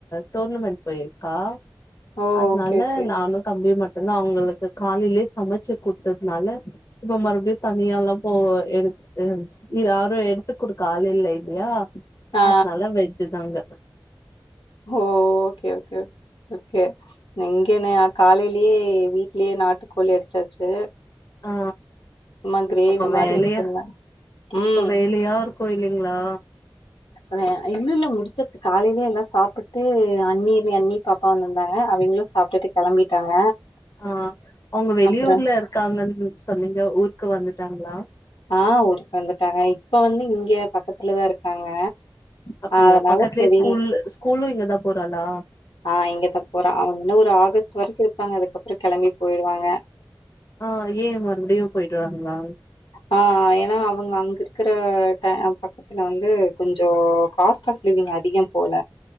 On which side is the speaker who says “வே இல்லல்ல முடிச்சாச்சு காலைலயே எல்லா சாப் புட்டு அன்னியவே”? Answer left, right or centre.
Left